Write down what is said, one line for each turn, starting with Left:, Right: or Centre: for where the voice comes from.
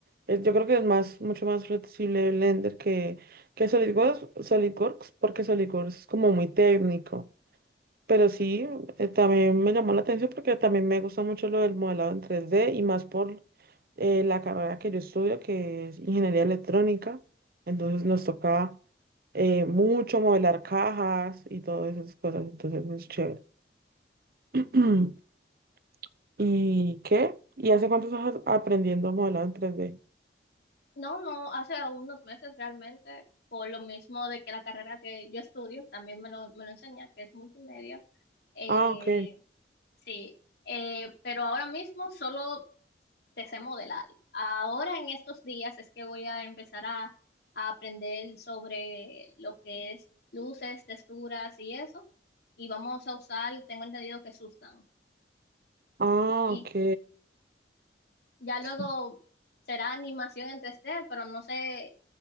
Right: Eh, yo creo que es más, mucho más flexible Blender que, que SolidWorks, SolidWorks, porque SolidWorks es como muy técnico. Pero sí, eh, también me llamó la atención porque también me gusta mucho lo del modelado en tres d y más por eh, la carrera que yo estudio, que es ingeniería electrónica. Entonces nos toca eh, mucho modelar cajas y todas esas cosas. Entonces es chévere. <clears throat> ¿Y qué? ¿Y hace cuánto estás aprendiendo modelado en tres d
Left: No, no, hace unos meses realmente, por lo mismo de que la carrera que yo estudio también me lo, me lo enseña, que es multimedia. Eh,
Right: Ah, ok.
Left: sí, eh, pero ahora mismo solo te sé modelar. Ahora en estos días es que voy a empezar a, a aprender sobre lo que es luces, texturas y eso. Y vamos a usar, tengo entendido que sustan.
Right: Ah,
Left: Y
Right: ok.
Left: ya luego
Right: Sí.
Left: será animación en 3D, pero no sé